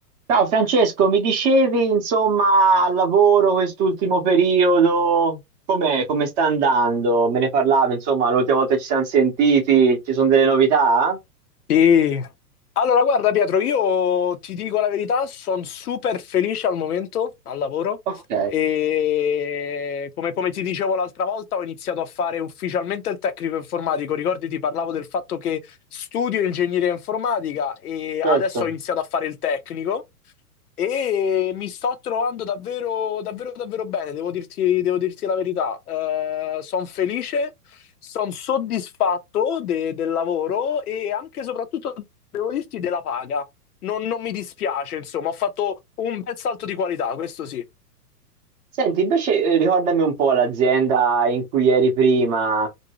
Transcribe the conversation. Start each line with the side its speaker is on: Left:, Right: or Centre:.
Right: Ciao Francesco, mi dicevi insomma al lavoro quest'ultimo periodo, com'è, come sta andando? Me ne parlavi insomma l'ultima volta che ci siamo sentiti, ci sono delle novità?
Left: Sì. Allora, guarda Pietro, io ti dico la verità, sono super felice al momento, al lavoro,
Right: Ok,
Left: e come, come ti dicevo l'altra volta ho iniziato a fare ufficialmente il tecnico informatico, ricordi ti parlavo del fatto che studio ingegneria informatica e
Right: certo.
Left: adesso ho iniziato a fare il tecnico e mi sto trovando davvero, davvero, davvero bene, devo dirti, devo dirti la verità. sono felice, sono soddisfatto de- del lavoro e anche e soprattutto, devo dirti, della paga. Non, non mi dispiace, insomma, ho fatto un bel salto di qualità, questo sì.
Right: Senti, invece eh, ricordami un po' l'azienda in cui eri prima,